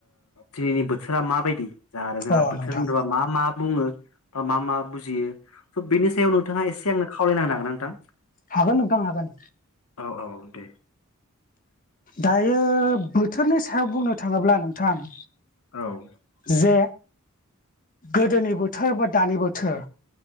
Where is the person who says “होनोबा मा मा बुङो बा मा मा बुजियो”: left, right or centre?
Left